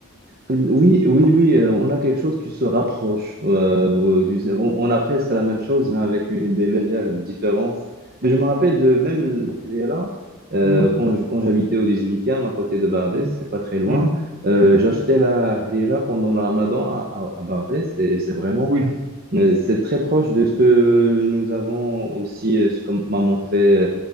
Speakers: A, on the right; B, on the right.
A: Oui, oui, oui, euh, on a quelque chose qui se rapproche. euh, ou, tu sais, on, on a presque la même chose, mais avec une- des légères différences. Mais je me rappelle de même l'Algérie, euh,
B: Mhm,
A: quand je- quand j'habitais au 18e, à côté de Barbès,
B: mhm,
A: c'est pas très loin,
B: mhm.
A: euh, j'achetais
B: mhm.
A: la harira pendant le Ramadan à, à- à Barbès, et c'est vraiment,
B: Oui,
A: euh, c'est très proche de ce que nous avons aussi, euh, ce que maman fait euh,